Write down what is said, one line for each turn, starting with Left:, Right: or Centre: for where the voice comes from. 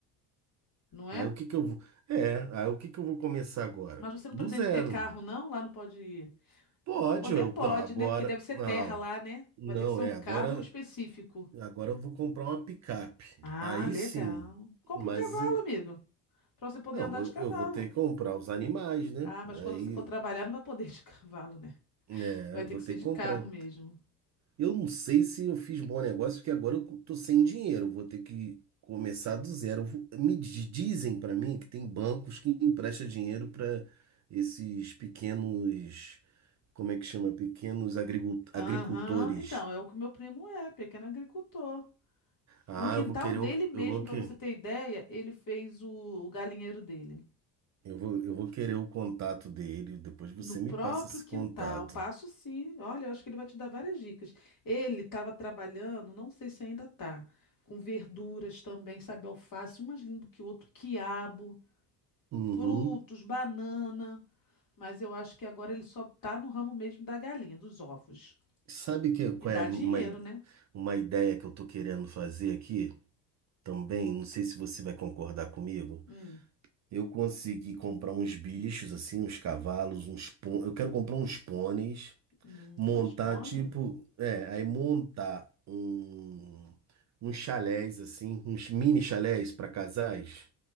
Left: Não é?
Right: Aí o que que eu vou. É, aí o que que eu vou começar agora?
Left: Mas você não
Right: Do
Left: pretende
Right: zero.
Left: ter carro, não? Lá não pode.
Right: Pode,
Left: Poder
Right: eu...
Left: pode,
Right: não, agora.
Left: né? Porque deve ser
Right: Não,
Left: terra lá, né?
Right: não
Left: Vai ter que ser
Right: é.
Left: um carro
Right: Agora,
Left: específico.
Right: agora eu vou comprar uma picape.
Left: Ah,
Right: Aí
Left: legal.
Right: sim.
Left: Compra
Right: Mas.
Left: um cavalo,
Right: e-
Left: amigo, para você poder
Right: Não,
Left: andar
Right: eu,
Left: de cavalo.
Right: eu vou ter que comprar os animais, né?
Left: Ah, mas quando
Right: Aí.
Left: você for trabalhar, não vai poder de <laughs> cavalo, né?
Right: É,
Left: Vai
Right: eu
Left: ter
Right: vou
Left: que
Right: ter
Left: ser de
Right: que comprar.
Left: carro mesmo.
Right: Eu não sei se eu fiz bom negócio, porque agora eu tô sem dinheiro. Vou ter que começar do zero. Eu vou- Me di- dizem pra mim que tem bancos que emprestam dinheiro pra esses pequenos. como é que chama? Pequenos agrigu- agricultores.
Left: Aham, Então, é o que o meu primo é, pequeno agricultor.
Right: Ah,
Left: No quintal
Right: eu vou querer,
Left: dele
Right: o-
Left: mesmo,
Right: eu vou
Left: para
Right: que,
Left: você ter ideia, ele fez o, o galinheiro dele.
Right: eu vou, eu vou querer o contato dele. Depois você
Left: No próprio
Right: me passa esse
Left: quintal,
Right: contato.
Left: passo sim. Olha, eu acho que ele vai te dar várias dicas. Ele estava trabalhando, não sei se ainda tá, com verduras também, sabe, alface, um mais lindo que o outro, quiabo,
Right: Uhum.
Left: frutos, banana. Mas eu acho que agora ele só tá no ramo mesmo da galinha, dos ovos.
Right: Sabe que qual
Left: E dá
Right: é uma,
Left: dinheiro,
Right: i-
Left: né?
Right: uma ideia que eu tô querendo fazer aqui também? Não sei se você vai concordar comigo.
Left: Hum,
Right: Eu consegui comprar uns bichos assim, uns cavalos, uns pon... Eu quero comprar uns pôneis.
Left: hum,
Right: Montar,
Left: mas pônei.
Right: tipo, é, aí montar um, uns chalés, assim, uns mini chalés para casais,